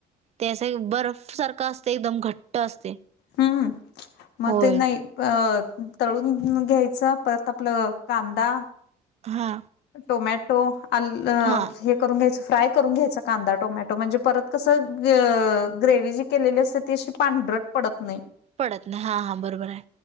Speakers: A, on the right (about 40°); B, on the left (about 75°).
A: ते‌ असं बर्फ सारखं असतयं, एकदम घट्ट असतयं
B: हम्म मग
A: होय.
B: ते नाही अ तळून घ्यायचं परत आपलं कांदा
A: हा.
B: टोमॅटो, आलं
A: हा
B: हे करुन घ्यायचं फ्राय करून घ्यायचा कांदा टोमॅटो म्हणजे परत कसं ग- ग्रेव्ही जी केलेली असत्या ती अशी पांढरट पडत नाही.
A: पडत नाह हा हा बरोबर आहे.